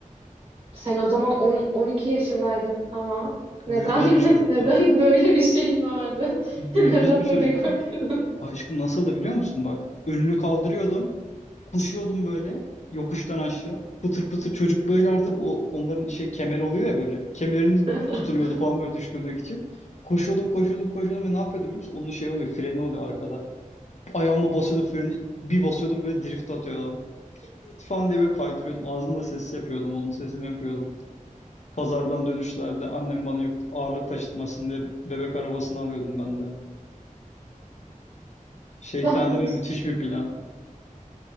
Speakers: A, on the right; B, on the left.
A: Sen o zaman on on iki yaşındaydın ama neden
B: Gürbüz bir
A: <laughs>
B: çocuktum.
A: neden böyle bir şeyin vardı? <laughs>
B: Gürbüz
A: Neden
B: bir çocuktum.
A: bebek bakıyordun?
B: Aşkım nasıldı biliyor musun bak. Önünü kaldırıyordum. Koşuyordum böyle yokuştan aşağı. Pıtır pıtır çocuk böyle artık o onların şey kemer oluyor ya böyle. Kemerini
A: <laughs>
B: tutuluyordu falan böyle düşmemek için. Koşuyordum koşuyordum koşuyordum ve ne yapıyordum biliyor musun? Onun şey oluyor freni oluyor arkada. Ayağımla basıyordum freni bir basıyordum böyle drift atıyordum. Falan diye böyle kaydırıyordum. Ağzımda ses yapıyordum onun sesini yapıyordum. Pazardan dönüşlerde annem bana yük, ağırlık taşıtmasın diye bebek arabasını alıyordum ben de. Şeytani
A: Ben biz
B: ve müthiş bir plan.